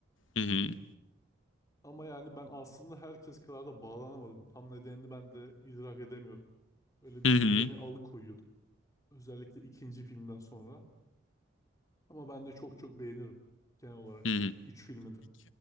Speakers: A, on the left; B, on the left.
A: Hı hı.
B: Ama yani ben aslında herkes kadar da bağlanamadım. Tam nedenini ben de idrak edemiyorum. Öyle bir
A: Hı
B: şey
A: hı.
B: beni alıkoyuyordu. Özellikle ikinci filmden sonra. Ama ben de çok çok beğenirim genel olarak.
A: Hı hı.
B: Üç filmi de.